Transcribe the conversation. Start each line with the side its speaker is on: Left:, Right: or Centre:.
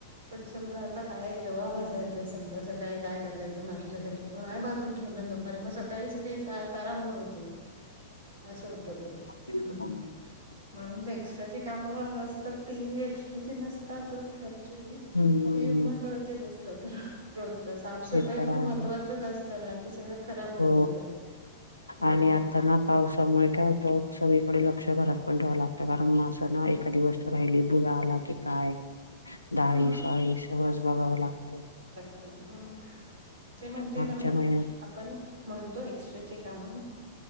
Right: पण समजा आता काय ह रवा भाजायचंय समजा स काळी काय करायचं नाश्त. त्यासाठीरवा भाजून ठेवलं दुपारी मग सकाळी सगळी तारांबळ होते. असं होतं ते
Left: होय
Right: हम्म हम्म.... म्हणून एक्स्ट्राची काम असतात तेी एक्स्ट्राची नसतातच ऍक्चुली..
Left: हम्म
Right: तेी महत्त्वाचीच असतात रोजच साफसफाई
Left: ते तर
Right: पण
Left: आहे
Right: महत्त्वाचच असत.. तर सगंळ खराब.. होऊन
Left: हो
Right: जातं. हम्म
Left: आणि आता ना पावसामुळे काय होत सगळीकडे ल..... अक्ष घरात पण राहावं लागतं कारण मग असं ना एखादी वस्तु राहिली भुरा आला की काय? डाळी
Right: मग
Left: साळी सगळंच बघाव लागतं.
Right: तर ते म्हणते
Left: मागच्या
Right: ना मी.
Left: महिन्यात
Right: आपण म्हणतो एक्स्ट्राचे काम....